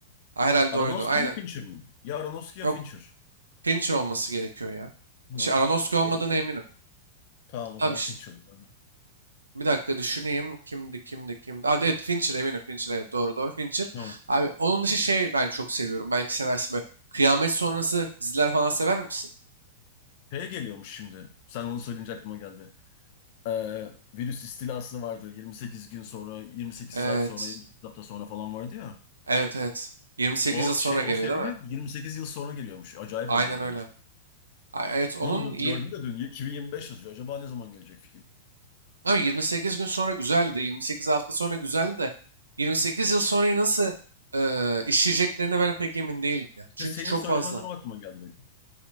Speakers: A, on the right (about 75°); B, on the left (about 45°).
A: Ha, Herhalde
B: Aronofsky
A: oydu. Aynen.
B: mi Fincher mi? Ya Aronofsky ya
A: Yok
B: Fincher.
A: Fincher olması gerekiyor ya.
B: Ha.
A: Şey Aronofsky
B: Böyle-
A: olmadığına eminim.
B: Tamam o
A: Abi
B: zaman Fincher. Aynen.
A: Bir dakika düşüneyim. Kimdi kimdi kimdi. Aa evet Fincher eminim Fincher evet doğru doğru Fincher.
B: Hı.
A: Abi onun dışı şey ben çok seviyorum. Belki seversin böyle. Kıyamet sonrası diziler falan sever misin?
B: Şeye geliyormuş şimdi. Sen onu söyleyince aklıma geldi. Ee, virüs istilası vardı. 28 gün sonra, 28
A: Evet.
B: saat sonra, 28 hafta sonra falan vardı ya.
A: Evet evet. 28
B: O
A: yıl sonra
B: şey
A: geliyor
B: o serinin
A: değil mi?
B: 28 yıl sonra geliyormuş. Acayip
A: Aynen
B: olacak
A: öyle.
B: bence.
A: Ay, Evet onun
B: Onu gö-
A: yir-
B: gördüm de dün 2025 yazıyor. Acaba ne zaman gelecek film?
A: abi 28 gün sonra güzeldi. 28 hafta sonra güzeldi de 28 yıl sonrayı nasıl e, işleyeceklerine ben pek emin değilim ya.
B: İşte
A: Çünkü
B: senin
A: çok
B: söylemenden
A: fazla.
B: o aklıma geldi benim.